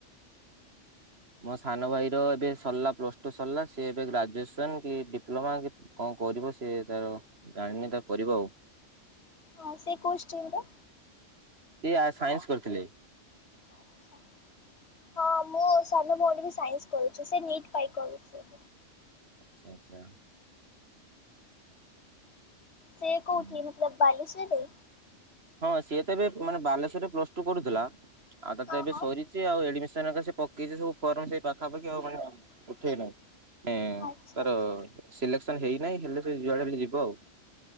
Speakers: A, on the right; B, on the left.
A: ମୋ ସାନ ଭାଇର ଏବେ ସରିଲା ପ୍ଲସ୍ ଟୁ ସରିଲା ସିଏଏବେ ଗ୍ରାଜୁଏସନ୍ କି ଡିପ୍ଲୋମା କି କଁ କରିବ ସିଏ ତାର ଜାଣିନି ତାର କରିବ ଆଉ।
B: ହଁ ସେ କୋଉଷ୍ଟିଲିର?
A: ସିଏ ଆ ସାଇନ୍ସ କରିଥିଲେ।
B: ଆଚ୍ଛା। ହଁ ମୁଁ ସାନ ଭଉଣୀବି ସାଇନ୍ସ କରୁଚି ସେ ନିଟ୍ ପାଇଁ କରୁଚି।
A: ଆଚ୍ଛା ଆଚ୍ଛା।
B: ସେ କଉଠି
A: ହୁଁ।
B: ମତଲବ ବାଲେଶ୍ୱରରେ?
A: ହଁ ସିଏତ ଏବେ ମାନେ ବାଲେଶ୍୍ୱରରେ ପ୍ଲସ୍ ଟୁ କରୁଥିଲା ଆଉ ତତେ
B: ହଁ
A: ଏବେ
B: ହଁ
A: ସରିଚି ଆଉ ଏଡ଼େମିସନ୍ ପକେଇଛି ସବୁ ଫର୍ମ ସେଇ ପାଖାପାଖି ଆଉମାନେ ଉଠେନେଇଁ ଏ
B: ଆଚ୍ଛା
A: ତାର
B: ଆଚ୍ଛା।
A: ସିଲେକ୍ସନ୍ ହେଇନାହିଁ ହେଲେସେ ଯୁଆଡ଼େ ହେଲେ ଯିବ ଆଉ।